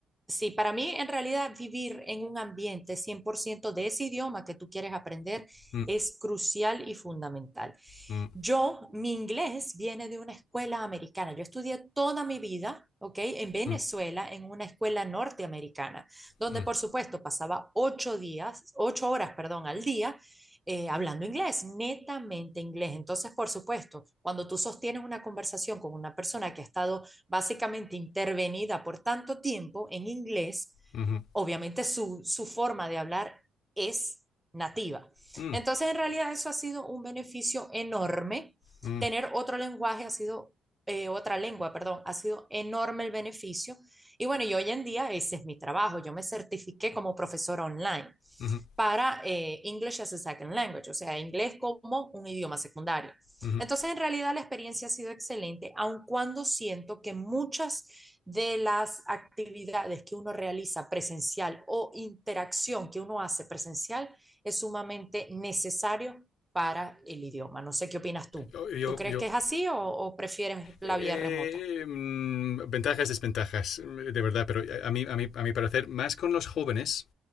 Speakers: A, in the centre; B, on the left.
A: Sí, para mí en realidad vivir en un ambiente 100% de ese idioma que tú quieres aprender
B: Mm,
A: es crucial y fundamental.
B: mm,
A: Yo, mi inglés viene de una escuela americana. Yo estudié toda mi vida, ¿ok? En Venezuela,
B: mm,
A: en una escuela norteamericana, donde
B: mm,
A: por supuesto pasaba ocho días, ocho horas, perdón, al día eh, hablando inglés, netamente inglés. Entonces, por supuesto, cuando tú sostienes una conversación con una persona que ha estado básicamente intervenida por tanto tiempo en inglés,
B: mm,
A: obviamente su, su forma de hablar es nativa.
B: mm,
A: Entonces, en realidad eso ha sido un beneficio enorme.
B: mm,
A: Tener otro lenguaje ha sido, eh, otra lengua, perdón, ha sido enorme el beneficio. Y bueno, y hoy en día ese es mi trabajo. Yo me certifiqué como profesora online
B: mm,
A: para eh, English as a Second Language, o sea, inglés como un idioma secundario.
B: mm.
A: Entonces, en realidad la experiencia ha sido excelente, aun cuando siento que muchas de las actividades que uno realiza presencial o interacción que uno hace presencial es sumamente necesario para el idioma. No sé qué opinas tú.
B: Yo, yo,
A: ¿Tú crees
B: yo.
A: que es así o, o prefieres la
B: Eh,
A: vía remota?
B: mm, ventajas, desventajas, de verdad, pero a mí, a, mí, a mi parecer, más con los jóvenes,